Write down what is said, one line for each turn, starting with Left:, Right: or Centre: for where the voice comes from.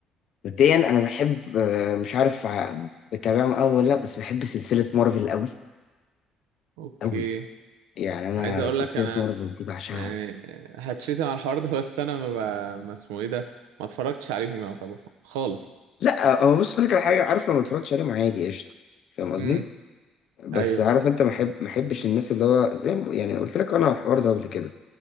Left: مبدئيا انا بحب آه، مش عارف ع- بتابعهم قوي ولا لا بس بحب سلسله مارفل قوي
Right: اوكي
Left: قوي يعني انا
Right: عايز اقول
Left: سلسله
Right: لك انا
Left: مارفل دي بعشقها
Right: يعني هتشتم على الحوار ده بس انا ما, ب... ما اسمه ايه ده ما اتفرجتش عليهم يعتبر خالص
Left: لا هو بص لك على حاجه عارف لو ما اتفرجتش عليهم عادي قشطه فاهم قصدي
Right: امم
Left: بس
Right: ايوه
Left: عارف انت ما احب ما احبش الناس اللي هو زي ما يعني قلت لك انا على الحوار ده قبل كده